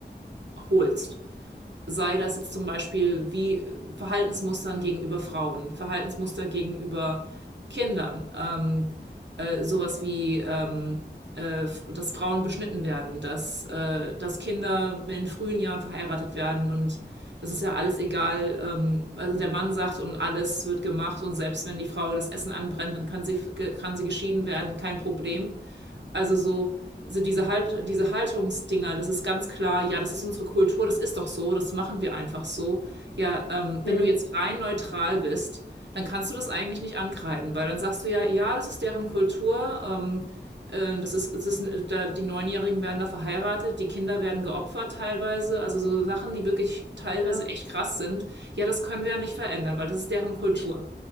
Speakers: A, on the right; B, on the left.
A: rausholst, sei das jetzt zum Beispiel wie Verhaltensmustern gegenüber Frauen, Verhaltensmuster gegenüber Kindern, ähm, äh, sowas wie äh, dass Frauen beschnitten werden, dass, äh, dass Kinder in frühen Jahren verheiratet werden und das ist ja alles egal. Ähm, also der Mann sagt und alles wird gemacht und selbst wenn die Frau das Essen anbrennt, dann kann sie, kann sie geschieden werden, kein Problem. Also so, also diese, halt, diese Haltungsdinger, das ist ganz klar, ja, das ist unsere Kultur, das ist doch so, das machen wir einfach so. Ja, ähm, wenn
B: mm,
A: du jetzt rein neutral bist, dann kannst du das eigentlich nicht ankreiden, weil dann sagst du ja, ja, das ist deren Kultur, ähm, äh, das ist, das ist, da, die Neunjährigen werden da verheiratet, die Kinder werden geopfert teilweise, also so Sachen, die wirklich teilweise
B: ja.
A: echt krass sind. Ja, das können wir ja nicht verändern, weil das ist deren Kultur.
B: Ich